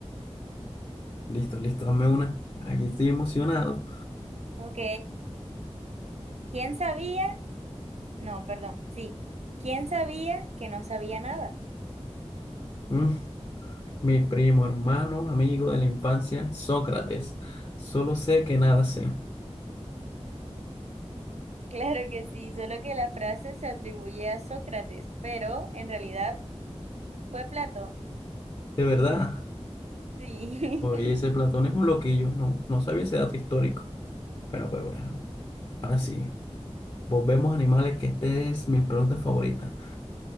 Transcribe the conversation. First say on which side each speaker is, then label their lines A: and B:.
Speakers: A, on the left (about 40°); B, on the right (about 75°).
A: Listo, listo, dame una. Aquí estoy emocionado.
B: Ok. ¿Quién sabía? No, perdón, sí. ¿Quién sabía que no sabía nada? <laughs>
A: Mm, mi primo, hermano, amigo de la infancia, Sócrates. Solo sé que nada sé.
B: Claro que sí, solo que la frase se atribuye a Sócrates, pero en realidad fue Platón.
A: De verdad.
B: Sí.
A: Oye,
B: <laughs>
A: ese Platón es un loquillo. No, no sabía ese dato histórico. Pero pues bueno, ahora sí. Volvemos a animales, que esta es mi pregunta favorita.